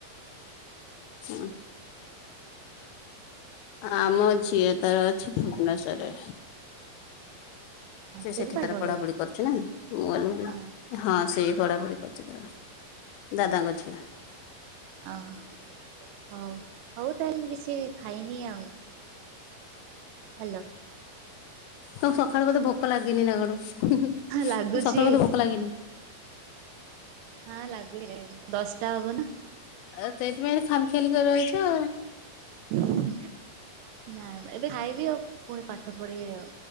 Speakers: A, on the left; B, on the right.
A: ହଁ ଆମ ଝିଅ ତାର ଅଛି ଭୁବନେଶ୍ଵରରେ। ସେ
B: ଦେବି
A: ସେଠି
B: ପାଠ
A: ତାର
B: ପଢୁଛି
A: ପଢ଼ାପଢି କରୁଛି ନା, <unintelligible>
B: ଅ
A: ହଁ ସେ ପଢ଼ାପଢି କରୁଛି ତାର। ଦାଦାଙ୍କ ଝିଅ।
B: ଅ <unintelligible> ହଉ, ହଉ ତାହେଲେ ମୁଁ କିଛି ଖାଇନି ଆଉ। ହାଲୋ।
A: ତମକୁ ସକାଳୁ ବୋଧେ ଭୋକ ଲାଗିନି ନା କଣ ହୁଁ ହୁଁ
B: ଲାଗୁଛି
A: ସକାଳୁ ବୋଧେ ଭୋକ ଲାଗିନି। <inaudible>
B: ହଁ ଲାଗିନେଇ ଦଶଟା ହବ ନା।
A: ଅ ସେଇଥିପାଇଁ ଏତେ ଖାମ୍ ଖିଆଲି କରି ରହିଛ।
B: ନାଁ ନାଁ ଏବେ ଖାଇବି ଆଉ ପୁଣି ପାଠ ପଢ଼ିବି ଆଉ।